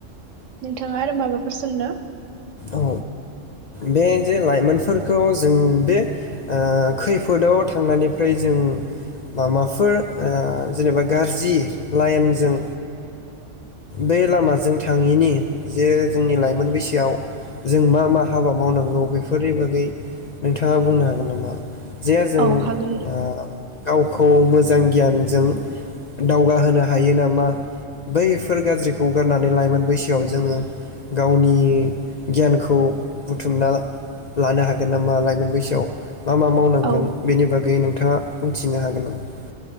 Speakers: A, on the right; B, on the left.
A: नोंथाङा आरो माबाफोर सोंनो
B: औ बे जे लाइमोनफोरखौ जों बे खैफोदाव थांनायनिफ्राय जों माबाफोर ओ जेनेबा गाज्रि लाइनजों बे लामाजों थाङिनि जे जोंनि लाइमोन बैसोआव जों मा मा हाबा मावनांगौ बेफोरनि बागै नोंथाङा बुंनो हागोन नामा? जे जों
A: औ
B: ओ
A: हागोन
B: गावखौ मोज जां गियानजों दावगाहोनो हायो नामा बैफोर गाज्रिखौ गारनानै लाइमोन बैसोआव जोङो गावनि गियानखौ बुथुमना लानो हागोन नामा लाइमोन बैसोआव मा मा मावनांगोन
A: औ
B: बेनि बागै नों नोंथाङा बुंथिनो हागोन नामा?